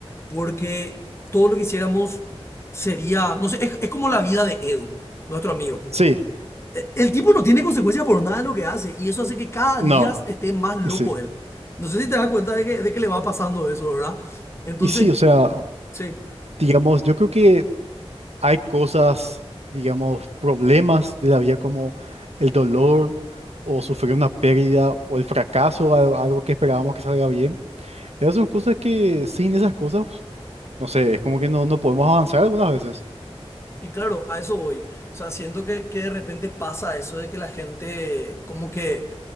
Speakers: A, on the left (about 25°); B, on the right (about 85°).
A: porque todo lo que hiciéramos sería, no sé, es, es como la vida de Edu, nuestro amigo.
B: Sí,
A: e- El tipo no tiene consecuencias por nada de lo que hace y eso hace que cada
B: no,
A: día esté más loco
B: sí.
A: él. No sé si te das cuenta de que, de que le va pasando eso, ¿verdad? Entonces,
B: Y sí, o sea,
A: sí,
B: digamos, yo creo que hay cosas, digamos, problemas de la vida como el dolor o sufrir una pérdida o el fracaso, al- algo que esperábamos que salga bien. Esas son cosas que sin esas cosas, no sé, es como que no, no podemos avanzar algunas veces.
A: y claro, a eso voy. O sea, siento que, que de repente pasa eso de que la gente como que